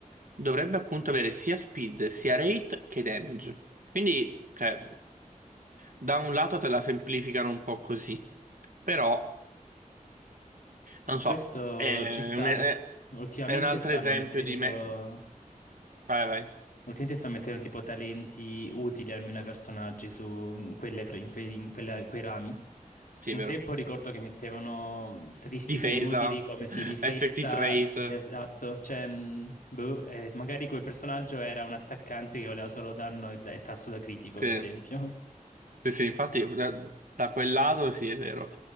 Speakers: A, on the right (about 70°); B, on the left (about 75°).
A: dovrebbe appunto avere sia speed, sia rate che damage. Quindi, cioè, da un lato te la semplificano un po' così, però, non so,
B: Questo
A: è
B: ci sta
A: un, è-
B: perché ultimamente
A: è un altro
B: stanno
A: esempio
B: mettendo,
A: di me... Vai, vai,
B: ultimamente stanno mettendo tipo talenti utili almeno ai personaggi su in quelle tre- in quei, in quella- in quei rami.
A: sì,
B: Un
A: è vero.
B: tempo ricordo che mettevano statistiche
A: Difesa,
B: inutili come
A: <laughs>
B: si difesa,
A: effective rate,
B: esatto, cioè, mh, boh, eh, magari quel personaggio era un attaccante che voleva solo danno e, e tasso da critico,
A: sì.
B: per esempio. <laughs>
A: Sì, sì, infatti da, da quel lato sì, è vero,